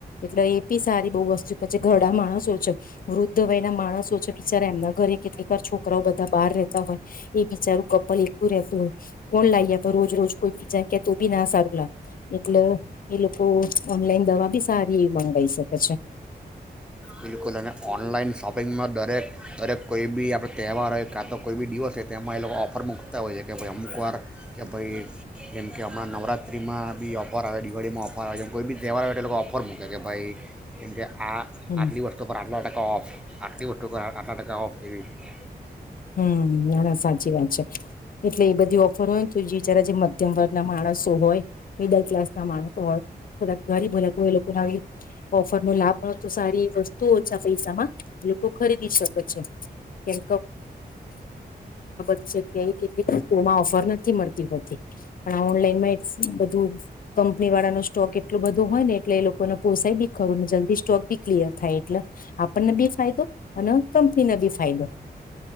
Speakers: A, on the left; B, in the centre.
A: એટલે એ બી સારી બહુ વસ્તુ ઘડામાં સોચી વૃદ્ધ વય ના માણસો છે બિચારા એમના ઘરે કેટલીક વાર છોકરાઓ બધા બહાર રહેતા હોય એ બચારું એટલું રતું કોણ લાવ આપ રોજ રોજ કોઈ બીજા કેતો બી ના સારું લાવે એટલે એ લોકો ઓનલાઈન દવા બી સારી એવી મગી શકે છે
B: બિલકુલ અને ઓનલાઈન શોપિંગમાં દરેક દરેક કોઈ બી આપણે તહેવાર હોય કાં તો કોઈ બી દિવસ હોય તેમાં એ લોકો ઓફર મૂકતા હોય છે કે ભાઈ અમુકવાર કે ભાઈ જેમકે હમણાં નવરાત્રિમાં બી ઓફર આવે દિવાળીમાં ઓફર આવે જેમ કોઈ બી તહેવાર આવે તો એ લોકો ઓફર મૂકે કે ભાઈ કેમકે આ
A: હમ
B: આટલી વસ્તો પર આપના ટકા ઓફ આરતી વ અના ટકા ઓફ એવી રીતે
A: હમ હ સાચી વાત છે એટલે એ બધી ઓફર હોય ને તો બચારા જે મધ્યમ વર્ગ ના માણસો હોય મિડલ ક્લાસ ના માણસો હોય થોડા ઘરી ભલા કો હોય લોકો ઓફર નો લાભ મળ તો સારી વસ્તુ ઓછા પૈસામાં લોકો ખરીદી શકે છે કેમ વી કેટલીમાં આવશે ફર નથી મળતી હોતી પણ ઓનલાઈનમાં બધું કંપની વાળાનો સ્ટોક એટલું બધું હોય ને એટલે એ લોકોને પોસાય બી ખરુંને જલ્દી સ્ટોક બી ક્લિયર થાય એટલે આપણને બી ફાયદો અને કંપનીને બી ફાયદો